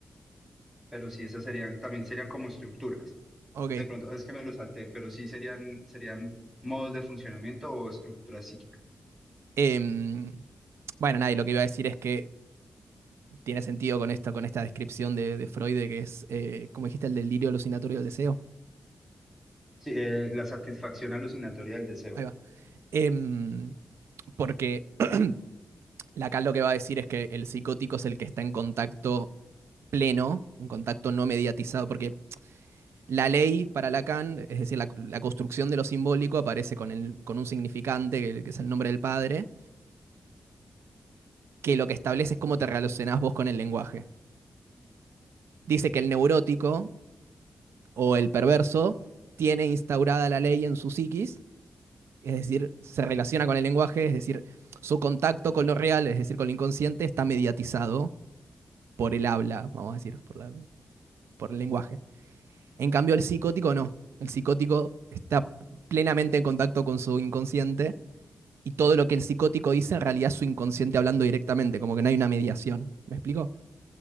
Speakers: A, in the centre; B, on the right.
A: Pero sí, esas serían, también serían como estructuras.
B: Ok.
A: De pronto, es que me lo salté, pero sí serían, serían modos de funcionamiento o estructura psíquica.
B: Em, bueno, nada, y lo que iba a decir es que tiene sentido con esto, con esta descripción de, de Freud, de que es, eh, como dijiste, el delirio alucinatorio del deseo.
A: Sí, eh, la satisfacción alucinatoria del deseo.
B: Ahí va. Em, porque <clears throat> Lacan lo que va a decir es que el psicótico es el que está en contacto pleno, un contacto no mediatizado, porque la ley para Lacan, es decir, la, la construcción de lo simbólico aparece con, el, con un significante, que, que es el nombre del padre, que lo que establece es cómo te relacionás vos con el lenguaje. Dice que el neurótico o el perverso tiene instaurada la ley en su psiquis, es decir, se relaciona con el lenguaje, es decir, su contacto con lo real, es decir, con lo inconsciente, está mediatizado por el habla, vamos a decir, por, la- por el lenguaje. En cambio, el psicótico no. El psicótico está plenamente en contacto con su inconsciente y todo lo que el psicótico dice en realidad es su inconsciente hablando directamente, como que no hay una mediación. ¿Me explico?